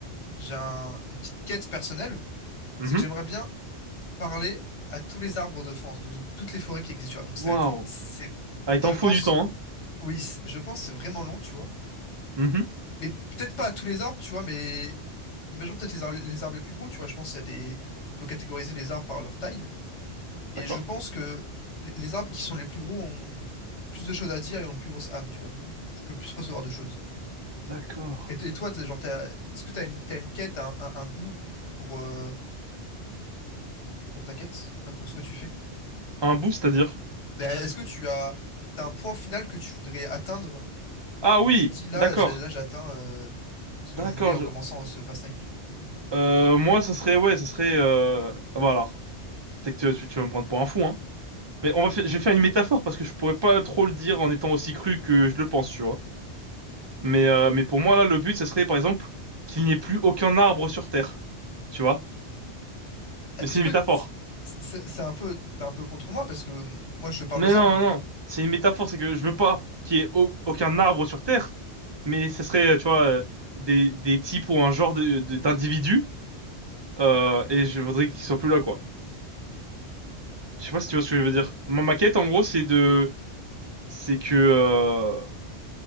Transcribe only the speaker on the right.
Mhm.
Waouh.
Ah, il
t'en faut
du temps,
hein. Mhm.
D'accord.
D'accord.
Un bout, c'est-à-dire?
Ah
oui,
d'accord.
D'accord.
je-
euh, moi, ça serait, ouais, ça serait. Euh... ah, bah alors, peut-être que tu, tu vas me prendre pour un fou, hein. Mais on va faire, je vais faire une métaphore parce que je pourrais pas trop le dire en étant aussi cru que je le pense, tu vois. Mais, euh, mais pour moi, là, le but, ce serait, par exemple, qu'il n'y ait plus aucun arbre sur Terre. Tu vois?
Mais
c'est une
métaphore.
Mais
non,
non, c'est une métaphore, c'est que je veux pas qu'il y ait au- aucun arbre sur Terre, mais ce serait, euh, tu vois, euh, des, des types ou un genre de, de- d'individus, euh, et je voudrais qu'ils soient plus là, quoi. Je sais pas si tu vois ce que je veux dire. Ma maquette, en gros, c'est de... C'est que... Euh...